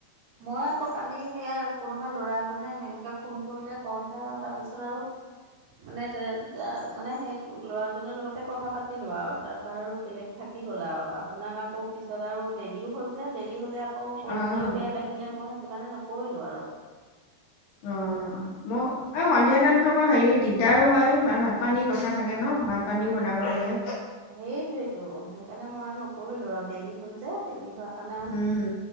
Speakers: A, on the right; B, on the left.
A: মই আকৌ কালি সেয়া কোনোবা ল'ৰা এজনে এনেকে ফোন কৰিলে কওঁতে আৰু তাৰপিছত আৰু মানে তে তাৰ মানে সেই ল'ৰাজনৰ লগতে কথা পাতিলোঁ আও তাৰপা আৰু বেলেগ থাকি গ'ল আও আপোনাক আকৌ পিছত আৰু দেৰিও হ'ল যে দেৰি হ'লে আকৌ কৰিবলও
B: অঁ
A: বেয়া লাগিলে মই সেইটো কাৰণে নকৰিলোঁ আৰু।
B: অ ম এই সন্ধিয়া টাইমতো আক হেই দিগদাৰো হয় মা ভাত - পানী কথা থাকে ন ভাত - পানীও বনাব লাগে।
A: সেইটোৱেতো, সেইকাৰণে মই আৰু নকৰিলো আৰু দেৰি হ'ল যে, দেৰি হোৱাৰ কাৰণে আৰু
B: উম